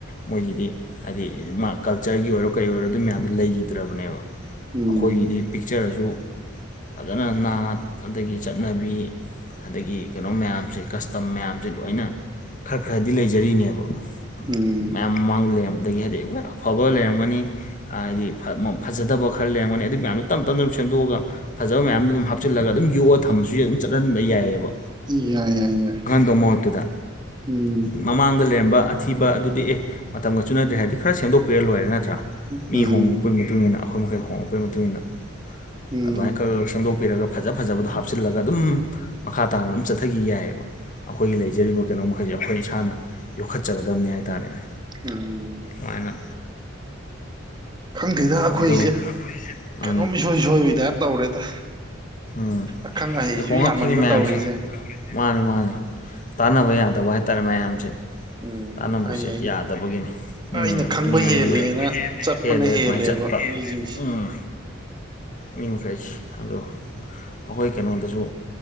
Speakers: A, on the left (about 40°); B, on the right (about 25°).
A: ꯃꯣꯏꯒꯤꯗꯤ ꯍꯥꯏꯗꯤ ꯃꯥ ꯀꯜꯆꯔꯒꯤ ꯑꯣꯏꯔꯣ ꯀꯩ ꯑꯣꯏꯔꯣ ꯑꯗꯨ ꯃꯌꯥꯝꯗꯣ ꯂꯩꯒꯤꯗ꯭ꯔꯕꯅꯦꯕ
B: ꯎꯝ
A: ꯑꯩꯈꯣꯏꯒꯤꯗꯤ ꯄꯤꯛꯆꯔꯁꯨ ꯐꯖꯅ ꯅꯥꯠ ꯑꯗꯒꯤ ꯆꯠꯅꯕꯤ ꯑꯗꯒꯤ ꯀꯩꯅꯣ ꯃꯌꯥꯝꯁꯦ ꯀꯁꯇꯝ ꯃꯌꯥꯝꯁꯦ ꯂꯣꯏꯅ ꯈꯔ ꯈꯔꯗꯤ ꯂꯩꯖꯔꯤꯅꯦꯕ
B: ꯎꯝ
A: ꯃꯌꯥꯝ ꯃꯃꯥꯡ ꯂꯩꯔꯝꯕꯗꯒꯤ ꯍꯥꯏꯗꯤ ꯍꯣꯏ ꯑꯐꯕ ꯂꯩꯔꯝꯒꯅꯤ ꯑꯥꯗꯤ ꯐ ꯃ ꯐꯖꯗꯕ ꯈꯔ ꯂꯩꯔꯝꯒꯅꯤ ꯑꯗꯨ ꯃꯌꯥꯝꯗꯨ ꯇꯝ ꯇꯝꯅ ꯑꯗꯨꯝ ꯁꯦꯝꯗꯣꯛꯑꯒ ꯐꯖꯕ ꯃꯌꯥꯝꯗꯨ ꯗꯨꯝ ꯍꯥꯞꯆꯤꯜꯂꯒ ꯑꯗꯨꯝ ꯌꯣꯛꯑ ꯊꯝꯕꯁꯨ ꯑꯗꯨꯝ ꯆꯠꯅꯍꯟꯕ ꯌꯥꯏꯌꯦꯕ
B: ꯏ ꯌꯥ ꯌꯥ ꯌꯥꯏ
A: ꯇꯣꯃꯣꯠꯇꯨꯗ
B: ꯎꯝ
A: ꯃꯃꯥꯡꯗ ꯂꯩꯔꯝꯕ ꯑꯊꯤꯕ ꯑꯗꯨꯗꯤ ꯑꯦ ꯃꯇꯝꯒ ꯆꯨꯅꯗ꯭ꯔꯦ ꯍꯥꯏꯗꯤ ꯈꯔ ꯁꯦꯡꯗꯣꯛꯄꯤꯔ ꯂꯣꯏꯔꯦ ꯅꯠꯇ꯭ꯔꯥ ꯃꯤ
B: ꯎꯝ
A: ꯍꯣꯉꯛꯄꯩ ꯃꯇꯨꯡ ꯏꯟꯅ ꯑꯈꯣꯏ ꯃꯈꯩ ꯍꯣꯉꯛꯄꯩ ꯃꯇꯨꯡ ꯏꯟꯅ
B: ꯎꯝ
A: ꯑꯗꯨꯃꯥꯏ ꯈ ꯈ ꯁꯦꯝꯗꯣꯛꯄꯤꯔꯒ ꯐꯖ ꯐꯖꯕꯗꯣ ꯍꯥꯞꯆꯤꯜꯂꯒ ꯑꯗꯨꯝ ꯃꯈꯥ ꯇꯥꯅ ꯎꯝ ꯆꯠꯊꯒꯤ ꯌꯥꯏꯌꯦꯕ ꯑꯈꯣꯏꯒꯤ ꯂꯩꯖꯔꯤꯕ ꯀꯩꯅꯣ ꯃꯈꯩꯁꯦ ꯑꯈꯣꯏ ꯏꯁꯥꯅ ꯌꯣꯛꯈꯠꯆꯒꯗꯝꯅꯤ ꯍꯥꯏꯇꯥꯥꯔꯦꯅꯦ
B: ꯎꯝ
A: ꯃꯥꯏꯅ
B: ꯈꯪꯗꯦꯗ ꯑꯈꯣꯏꯖꯦ
A: ꯑꯗꯣ ꯃꯥꯅꯤ
B: ꯀꯩꯅꯣꯝ ꯏꯁꯣꯏ ꯁꯣꯏꯕꯩ ꯇꯥꯏꯞ ꯇꯧꯔꯦꯗ
A: ꯎꯝ
B: ꯑꯈꯪ ꯑꯍꯩꯖꯨ
A: ꯑꯦ ꯍꯣꯉꯛꯈꯤꯅꯤ
B: ꯌꯥꯝꯃꯟꯕ
A: ꯃꯌꯥꯝꯁꯦ
B: ꯇꯧꯔꯤꯖꯦ
A: ꯃꯥꯅꯤ ꯃꯥꯅꯤ ꯇꯥꯟꯅꯕ ꯌꯥꯗꯕ ꯍꯥꯏꯇꯥꯔꯦ ꯃꯌꯥꯝꯁꯦ
B: ꯎꯝ
A: ꯇꯥꯟꯅꯕꯁꯦ
B: ꯑꯩ ꯑꯩ
A: ꯌꯥꯗꯕꯒꯤꯅꯤ ꯎꯝ
B: ꯑꯩꯅ ꯈꯪꯕ
A: ꯑꯅꯤꯡ ꯑꯅꯤꯡꯕꯗ
B: ꯍꯦꯜꯂꯦꯅ ꯆꯠꯄꯅ
A: ꯍꯦꯜꯂꯦ
B: ꯍꯦꯜꯂꯦꯕ
A: ꯑꯗꯨꯃꯥꯏꯅ ꯆꯠꯄ
B: ꯃꯤꯁꯤꯡꯁꯦ
A: ꯎꯝ ꯃꯤ ꯃꯈꯩꯁꯤ ꯑꯗꯣ ꯑꯩꯈꯣꯏ ꯀꯩꯅꯣꯗꯁꯨ